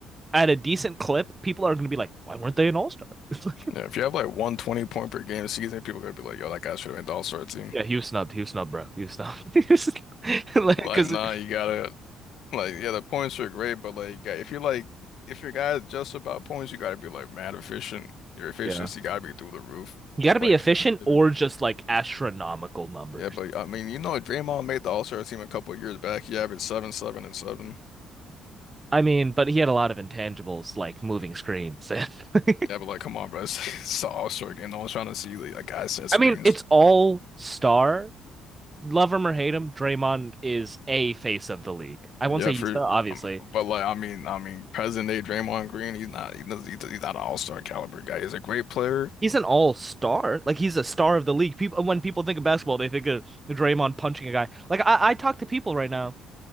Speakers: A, on the right; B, on the left.
A: at a decent clip, people are gonna be like, why weren't they an all star? <laughs>
B: Yeah, if you have like one twenty point per game season, people are gonna be like, "Yo, that guy should have been the All-Star team."
A: yeah, he was snubbed. He was snubbed, bro. He was snubbed. <laughs> Like,
B: Like,
A: Because
B: nah, you gotta. Like, yeah, the points are great, but like, yeah, if you're like, if your guy is just about points, you got to be like mad efficient. Your efficiency
A: yeah,
B: got to be through the roof
A: you got
B: to
A: to be
B: like
A: efficient
B: be considered.
A: or just like astronomical numbers.
B: Yeah, but I mean, you know, Draymond made the All-Star team a couple of years back. He averaged seven, seven, and seven.
A: I mean, but he had a lot of intangibles like moving screens. <laughs>
B: Yeah, but like, come on, bro, <laughs> it's, it's the All-Star game. No one's trying to see like a guy set screens.
A: I mean, it's all star. Love him or hate him, Draymond is a face of the league. I won't
B: Yeah,
A: say
B: for
A: he's the obviously.
B: um, but like, I mean, I mean, present day Draymond Green, he's not, he doesn't, he's he's not an All-Star caliber guy. He's a great player.
A: He's an all star. Like he's a star of the league. People when people think of basketball, they think of Draymond punching a guy. Like I, I talk to people right now,